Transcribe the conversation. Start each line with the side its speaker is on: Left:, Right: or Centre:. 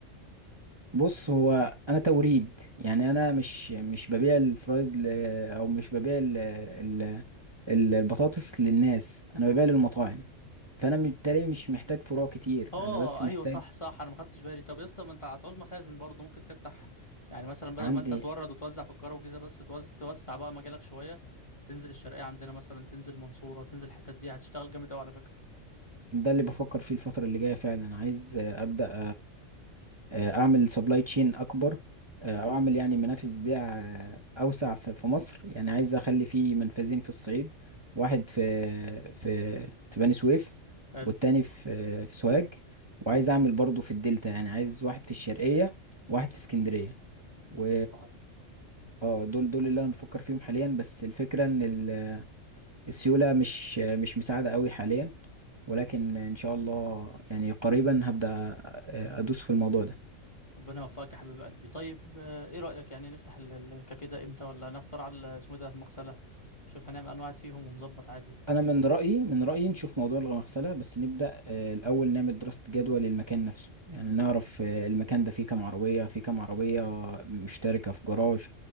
Right: بص هو انا توريد يعني انا مش مش ببيع الفرايز ل... او مش ببيع ال... ال... ال- البطاطس للناس انا ببيع للمطاعم فانا بالتالي مش محتاج فروع كتير
Left: اه
Right: انا بس محتاج
Left: ايوه صح صح انا ما خدتش بالي طب يا اسطى ما انت هتعوز مخازن برضه ممكن تفتح يعني مثلا بدل
Right: عندي
Left: ما انت تورد وتوزع في القاهرة والجيزة بس توز... توسع بقى مجالك شوية تنزل الشرقية عندنا مثلا تنزل المنصورة تنزل الحتت دي هتشتغل جامد قوي على فكرة
Right: ده اللي بفكر فيه الفترة اللي جاية فعلا عايز ابدا آه، اعمل سبلاي تشين اكبر آه، او اعمل يعني منافذ بيع آه، اوسع في في مصر يعني عايز اخلي فيه منفذين في الصعيد واحد في في في بني سويف
Left: حلو
Right: والتاني في في سوهاج وعايز
Left: جميل
Right: اعمل برضو في الدلتا يعني عايز واحد في الشرقية واحد في اسكندرية و
Left: الله عليك.
Right: اه دول دول اللي انا بفكر فيهم حاليا بس الفكرة ان ال- السيولة مش مش مساعدة قوي حاليا ولكن ان شاء الله يعني قريبا هبدأ آه، ادوس في الموضوع ده
Left: ربنا يوفقك يا حبيب قلبي طيب آه، ايه رأيك يعني نفتح ال- ال- الكافيه ده امتى ولا نختار على ال- اسمه إيه ده المغسلة نشوف هنعمل انواع فيهم ونظبط عادي
Right: انا من رايي من رايي نشوف موضوع المغسله بس نبدا آه، الاول نعمل دراسه جدوى للمكان نفسه يعني نعرف آه، المكان ده فيه كام عربيه فيه كام عربيه مشتركه في جراج